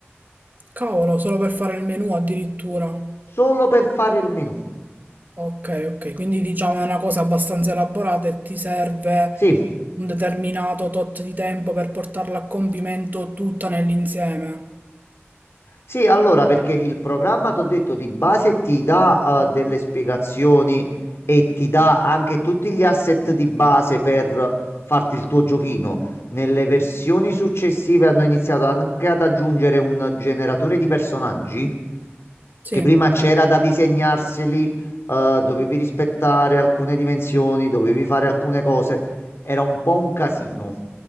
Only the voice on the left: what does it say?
solo per fare il menu.
Sì,
Sì, allora, perché il programma, ti ho detto, di base ti dà eh, delle spiegazioni e ti dà anche tutti gli asset di base per farti il tuo giochino. Nelle versioni successive hanno iniziato anche ad aggiungere un generatore di personaggi
che prima c'era da disegnarseli, eh, dovevi rispettare alcune dimensioni, dovevi fare alcune cose. Era un po' un casino.